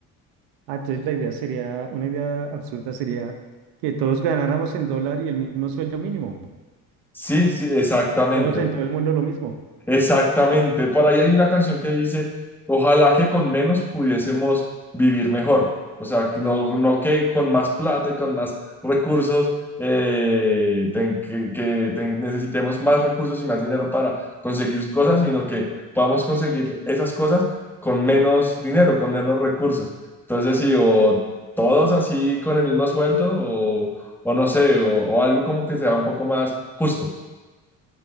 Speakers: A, on the right; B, in the centre.
A: Ah, entonces la idea sería, una idea absurda sería que todos ganáramos en dólar y el mismo sueldo mínimo.
B: Sí, sí, exactamente.
A: Todos en todo el mundo lo mismo.
B: Exactamente, por ahí hay una canción que dice, ojalá que con menos pudiésemos vivir mejor, o sea, que no, no que con más plata y con más recursos, eh, ten- que, que ten- necesitemos más recursos y más dinero para conseguir cosas, sino que podamos conseguir esas cosas con menos dinero, con menos recursos. Entonces, sí, o todos así con el mismo sueldo, o, o no sé, o, o algo como que sea un poco más justo.